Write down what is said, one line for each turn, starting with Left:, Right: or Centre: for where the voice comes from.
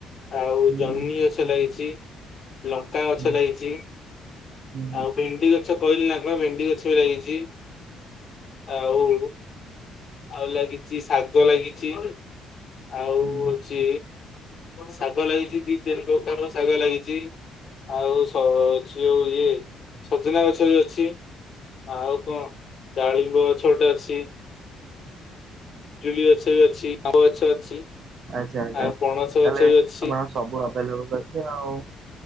Left: ଆଉ
Right: ହୁଁ
Left: ଜହ୍ନଇ ଗଛ ଲାଗିଚି। ଲଙ୍କା ଗଛ
Right: ହୁଁ
Left: ଲାଗିଚି,
Right: ହୁଁ
Left: ଆଉ ଭେଣ୍ଡି ଗଛ କହିଲି ନା <unintelligible> ଭେଣ୍ଡି ଗଛ ବି ଲାଗିଚି ଆଉ ଆଉ ଲାଗିଚି ଶାଗ ଲାଗିଚି ଆଉ
Right: ହୁଁ
Left: ହୋଉଚି ଶାଗ ଲାଗିଚି ଦି ତିନି ପ୍ରକାର ର ଶାଗ ଲାଗିଚି। ଆଉ ସ ଯୋଉ ଇଏ ସଜନା ଗଛ ବି ଅଛି। ଆଉ କଣ ଡାଳିମ୍ବ ଗଛଗୋଟେ ଅଛି। ପିଜୁଳି ଗଛ ବି ଅଛି, ଆମ୍ବ ଗଛ ଅଛି।
Right: <unintelligible> ତାହଲେ
Left: ଆଉ ପଣସ ଗଛ ବି ଅଛି।
Right: <unintelligible> ସବୁ ଆଭେଲେବଲ ଅଛି ଆଉ।